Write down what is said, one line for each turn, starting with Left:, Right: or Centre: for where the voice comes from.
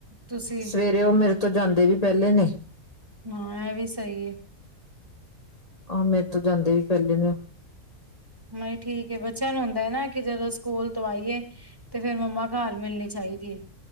Right: ਤੁਸੀਂ
Left: ਸਵੇਰੇ ਉਹ ਮੇਰੇ ਤੋਂ ਜਾਂਦੇ ਵੀ ਪਹਿਲੇ ਨੇ।
Right: ਹਾਂ ਇਹ ਵੀ ਸਹੀ ਏ।
Left: ਆਹੋ ਮੇਰੇ ਤੋਂ ਜਾਂਦੇ ਵੀ ਪਹਿਲੇ ਨੇ।
Right: ਨੀ ਠੀਕ ਏ ਬੱਚਿਆਂ ਨੂੰ ਹੁੰਦਾ ਹੈ ਨਾ ਕਿ ਜਦੋਂ ਸਕੂਲ ਤੋਂ ਆਈਏ ਤੇ ਫੇਰ ਮੰਮਾ ਘਰ ਮਿਲਣੀ ਚਾਹੀਦੀ ਏ।